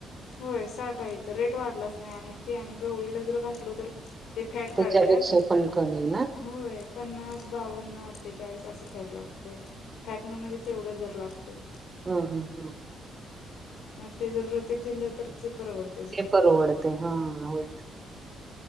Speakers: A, on the left; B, on the right.
A: होय साठ आहे इथं रेट वाढलाच नाही आणि ते आणि गवळीला जर घातले तर. ते फॅट
B: त्याच्यापेक्षा
A: काढतात.
B: पण कमी आहे ना.
A: होय पन्नास बावन्न अठ्ठेचाळीस असं फॅट लागतंय फॅटन म्हणजे तेवढं दर लागतंय.
B: हम्म हम्म हम्म
A: मग ते जर रतीप दिलं तर ते परवडत.
B: ते परवडतंय हां हां.